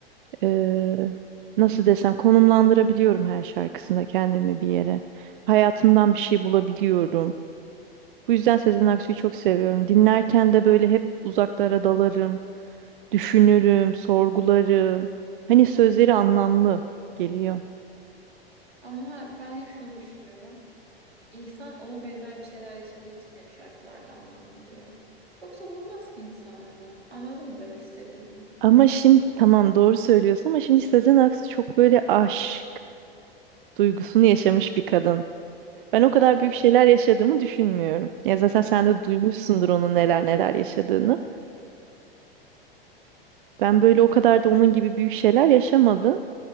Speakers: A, on the right; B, on the right.
A: eee, nasıl desem konumlandırabiliyorum her şarkısında kendimi bir yere. Hayatımdan bir şey bulabiliyorum. Bu yüzden Sezen Aksu'yu çok seviyorum. Dinlerken de böyle hep uzaklara dalarım. düşünürüm, sorgularım. Hani sözleri anlamlı geliyor.
B: Ama ben hep şunu düşünüyorum. İnsan ona benzer bir şeyler yaşadığı için hep şarkılarda anlam buluyor. Yoksa bulmaz ki insan anlam. Anladın mı demek istediğimi?
A: Ama şimdi tamam doğru söylüyorsun ama şimdi Sezen Aksu çok böyle aşk duygusunu yaşamış bir kadın. Ben o
B: Zaten
A: kadar büyük şeyler yaşadığımı düşünmüyorum. Ya zaten sen de duymuşsundur onun neler neler yaşadığını. Ben böyle o kadar da onun gibi büyük şeyler yaşamadım.